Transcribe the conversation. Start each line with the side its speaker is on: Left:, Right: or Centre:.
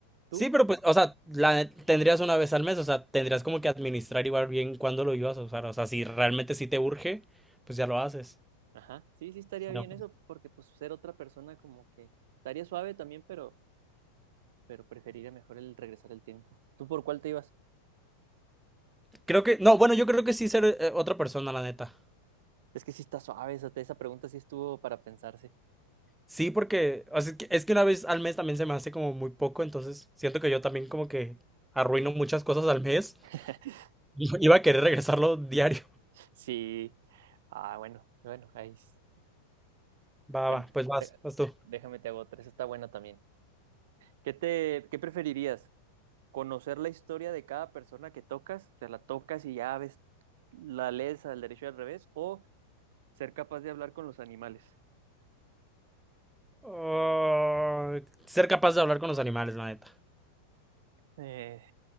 Right: ¿Tú?
Centre: Sí, pero pues, o sea, la tendrías una vez al mes, o sea, tendrías como que administrar igual bien cuándo lo ibas a usar, o sea, si realmente sí te urge, pues ya lo haces.
Right: Ajá, sí, sí estaría
Centre: No,
Right: bien
Centre: pues,
Right: eso, porque pues ser otra persona como que estaría suave también, pero pero preferiría mejor el regresar el tiempo. ¿Tú por cuál te ibas?
Centre: Creo que, no, bueno, yo creo que sí ser eh, otra persona, la neta.
Right: Es que sí está suave, esa, esa pregunta sí estuvo para pensarse.
Centre: Sí, porque, o sea, es que, es que una vez al mes también se me hace como muy poco, entonces siento que yo también como que arruino muchas cosas al mes.
Right: <laughs>
Centre: <laughs> y Iba a querer regresarlo diario.
Right: Sí. Ah, bueno, bueno, ahí. s-
Centre: Va,
Right: Bueno,
Centre: va, pues vas,
Right: eh,
Centre: vas tú.
Right: déjame te hago otra, esa está buena también. ¿Qué te, qué preferirías? ¿Conocer la historia de cada persona que tocas? O sea, la tocas y ya ves, la lees al derecho y al revés, o ser capaz de hablar con los animales.
Centre: Ah, ser capaz de hablar con los animales, la neta.
Right: Eh,